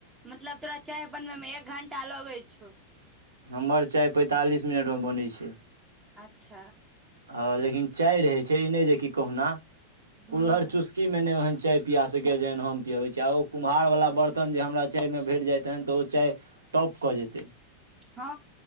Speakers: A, on the right; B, on the right.
A: मतलब तोरा चाय बनबैमे एक घंटा लगै छौ
B: हमर चाय पैंतालीस मिनटमे बनय छै
A: अच्छा
B: ह लेकिन चाय रहे छै ई नहि जे कि कहुना
A: हूँ
B: कुल्हर चुस्की में नै ओहन चाय पिया सकैए जेहन हम पियबै छी आ ओ कुम्हारवला बरतन जे हमरा चायमे भेट जाय तहन तऽ ओ चाय टॉप कऽ जेतै
A: हँ